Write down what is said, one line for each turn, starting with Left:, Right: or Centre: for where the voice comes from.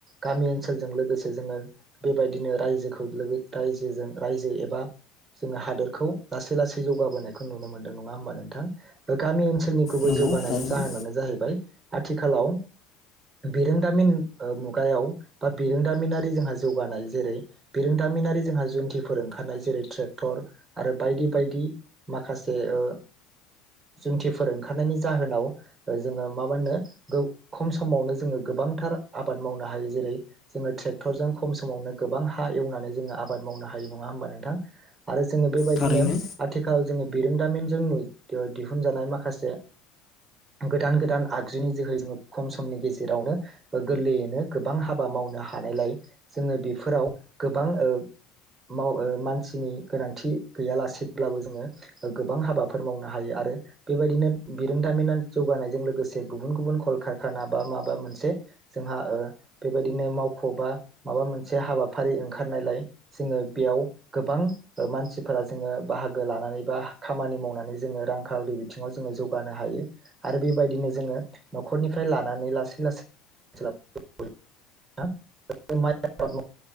Right: गामि ओनसोलजों लोगोसे जोङो बेबायदिनो रायजोखौ लोगो रायजोजों रायजो एबा जोङो हादोरखौ लासै लासै जौगाबोनायखौ नुनो मोनदों नङा होमबा नोंथां गामि ओनसोल नि गुबै
Left: नंगौ
Right: जौगानायनि
Left: थारैनो
Right: जाहोनानो जाहैबाय थिखालाव बिरोंदामिन ओ मुगायाव बा बिरोंदामिनारि जोंहा जौगानाय जेरै बिरोंदामिनारि जोंहा जुन्थिफोर ओंखारनाय जेरै ट्रेक्टर आरो बायदि बायदि माखासे ओ जुनथिफोर ओंखारनायनि जाहोनाव जोङो मा मोन नो खम समावनो जोङो गोबांथार आबाद मावनो हायो जेरै जोङो ट्रेक्टरजों खम समावनो गोबां हा एवनानै जोङो आबाद मावनो हायो नङा हबा नोंथां आरो जोङो बेबायदिनो
Left: थारैनो
Right: आथिखालाव जोङो बिरोंदामिनजों दिहुनजानाय माखासे गोदान गोदान आगजुनि जोहै जोङो खम समनि गेजेरावनो गोरलैयैनो गोबां हाबा मावनो हानायलाय जोङो बेफोराव गोबां ओ माव ओ मानसिनि गोनांथि गैयालासेब्लाबो जोङो गोबां हाबाफोर मावनो हायो आरो। आरो बेबायदिनो बिरोंदामिना जौगानायजों लोगोसे गुबुन गुबुन कल खारखाना बा माबा मोनसे जोंहा ओ बेबायदिनो मावख बा माबा मोनसे हाबाफारि ओंखारनायलाय जोङो बेयाव गोबां मानसिफोरा जोङो बाहागो लानानै बा खामानि मावनानै जोङो रांखावरि बिथिङाव जोङो जौगानो हायो आरो बेबायदिनो ज जोङो नखरनिफ्राय लानानै लासै लासै <unintelligible> माइ आबाद